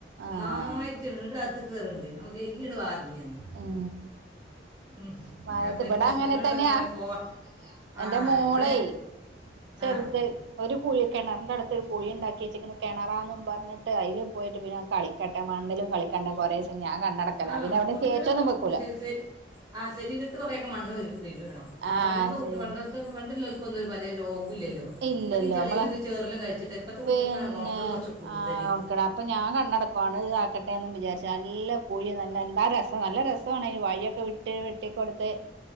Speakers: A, on the right; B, on the right.
A: ഒന്നായിട്ട്
B: ആഹ്
A: എന്നിട്ട് അകത്ത്ക് കെറ്ണ്ട് അപ്പൊ കെയികി ങ്ങട്ട് വാ പർഞ് ഞാന്.
B: ഉം
A: ഉം
B: മഴയത്ത്
A: അപ്പൊ എന്റെ
B: ഇവിടെ
A: ഹസ്ബൻഡിനോട്
B: അങ്ങനെ തന്നെയാ
A: പർഞ്ഞപോ പറയാ ഫോ
B: എന്റെ
A: ആഹ്
B: മോളേ
A: ഇവടെ
B: ചെറുത്
A: ആഹ്
B: ഒരു കുഴി കിണർന്റെട്ത്ത് ഒരു കുഴി ഇണ്ടാക്കി വെച്ചിക്ണ് കിണറാന്നും. പർഞ്ഞിട്ട് അഴില് പോയിട്ട് പിന്നെ കളി കെട്ട മണ്ണിലും കളിക്കണ്ട കുറെ ദിവസം ഞാൻ കണ്ണടക്കല
A: ആ
B: പിന്നെ എവടിം
A: കുട്ടികളൊക്കെ
B: തോച് ഒന്നും വെക്കൂല.
A: ശ- ശരി ആ ശരീരത്തി കുറെക്കെ മണ്ണ് വീയണം.
B: ആ
A: പണ്ടത്തെ
B: ശരി
A: കുട്ടി ത്ത് പണ്ട്ള്ളോൽക്കൊന്നും പലോ രോഗു ഇല്ലല്ലോ.
B: ഇല്ലല്ലോ
A: അതൊക്കെ ഈ ചളിയിലും
B: നമ്മള്
A: ചേർലും കളിച്ചിട്ട് ഇപ്പത്തെ കുട്ടിയെക്കാണ്.
B: പിന്നെ
A: കോണക്കോട് കൊർച്ച് കൂടുതല്.
B: ആ ഉണക്കട അപ്പൊ ഞാൻ കണ്ണടക്കും അണ് ആക്കട്ടെ ന്നും വിചാരിച്ച് നല്ല കുഴി നല്ല എന്താ രസം നല്ല രസാണ്. വഴിയൊക്കെ വിട്ട് വെട്ടികോടുത്ത്.